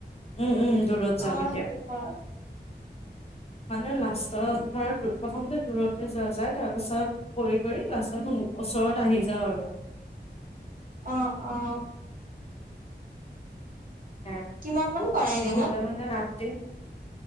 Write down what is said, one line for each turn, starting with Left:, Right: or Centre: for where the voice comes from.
Left: উম উম। দুৰত যাম
Right: অ
Left: এতিয়া।
Right: সেইটো হয়
Left: মানে লাষ্টত ধৰ প্ৰথমতে দূৰতে যোৱা যায় তাৰপাছত <unintelligible> কৰি-কৰি লাস্টত ওচৰত আহি যাও আৰু।
Right: অ', অ'।
Left: <unintelligible>
Right: কিমান মান কৰা এদিনত
Left: নহলে মানে ৰাতি